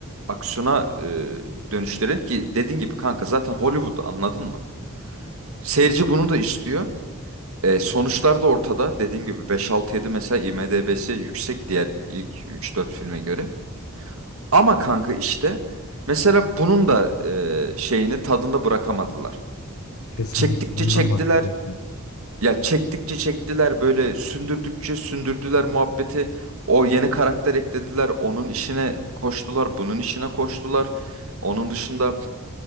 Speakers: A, on the right (about 75°); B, on the left (about 80°).
A: aksiyona e, dönüştürelim ki dediğin gibi kanka zaten Hollywood anladın mı? Seyirci bunu da istiyor. E, sonuçlar da ortada. Dediğim gibi beş altı yedi mesela IMDb'si yüksek diğer ilk üç dört filme göre. Ama kanka işte mesela bunun da e, şeyini tadında bırakamadılar.
B: Kesinlikle
A: Çektikçe
B: ondan
A: çektiler.
B: bahsedecektim.
A: Ya çektikçe çektiler böyle sündürdükçe sündürdüler muhabbeti. O yeni karakter eklediler. Onun işine koştular. Bunun işine koştular. Onun dışında